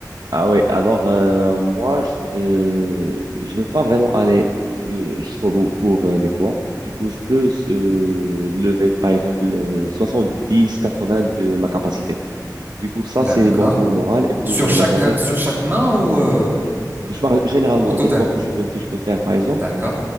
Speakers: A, on the right; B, on the right.
A: Ah oui, alors euh, moi, je euh, je vais pas vraiment aller ju- jusqu'au bout pour euh, les poids Du coup, je peux euh, lever, par exemple, euh, 70, 80 de ma capacité. Du coup, ça,
B: D'accord.
A: c'est bon pour le moral et pour
B: Sur chaque,
A: euh, la santé.
B: sur chaque main ou, euh,
A: Je parle généralement
B: au, au total?
A: des poids que je peux, que je peux faire, par exemple.
B: D'accord,